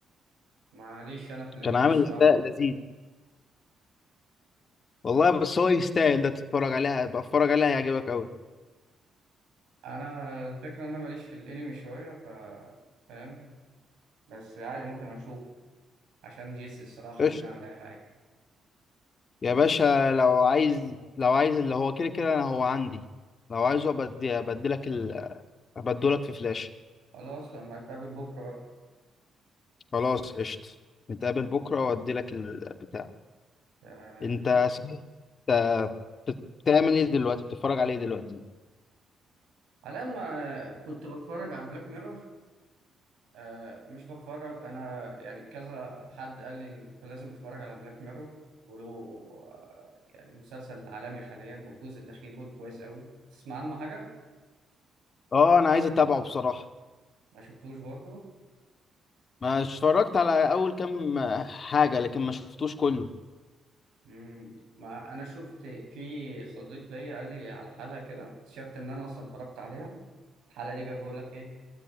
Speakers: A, on the right; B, on the left.
A: معليش انا في الانمي
B: كان عامل
A: الصراحه
B: اداء لذيذ والله بس هو يستاهل ده تتفرج عليها بقى اتفرج عليها هيعجبك قوي
A: انا الفكره ان انا ماليش في الانمي شويه ف فاهم بس عادي ممكن اشوف عشان جيسي الصراحه
B: قشطة
A: ممكن اعمل اي حاجه
B: يا باشا لو عايز لو عايز اللي هو كده كده انا هو عندي لو عايزه ابدي ابدلك ال... ابدلك في فلاش
A: خلاص لما اتقابل بكره بقى
B: خلاص قشطة نتقابل بكره وادي لك البتاع
A: تمام.
B: انت صحيح انت بتعمل ايه دلوقتي بتتفرج عليه دلوقتي
A: على الان ما كنت بتفرج على بلاك ميرور آه مش بتفرج انا يعني كذا حد قال لي إن لازم تتفرج على بلاك ميرور له آه يعني مسلسل عالمي حاليا والجزء الاخير بيقول كويس قوي تسمع عنه حاجه
B: اه انا عايز اتابعه بصراحه
A: ما شفتوش برضه
B: ما اتفرجت على اول كام حاجة لكن ما شفتوش كله
A: مم. ما انا شفت في صديق ليا قال لي على حلقه كده اكتشفت ان انا اصلا اتفرجت عليها الحلقه دي بقى بيقول لك ايه